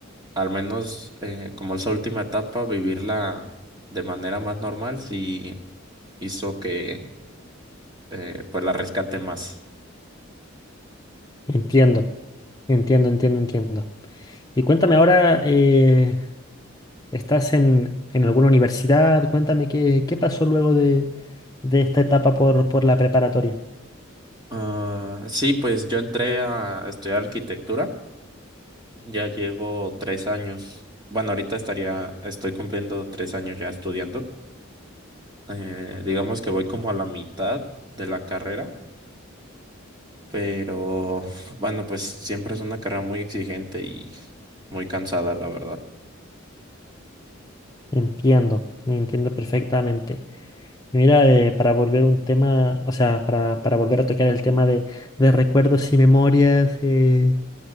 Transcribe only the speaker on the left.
Entiendo, entiendo, entiendo, entiendo. Y cuéntame ahora, eh, ¿estás en, en alguna universidad? Cuéntame qué, qué pasó luego de, de esta etapa por, por la preparatoria.
Entiendo, entiendo perfectamente. Mira, eh, para volver un tema, o sea, para, para volver a tocar el tema de, de recuerdos y memorias, eh,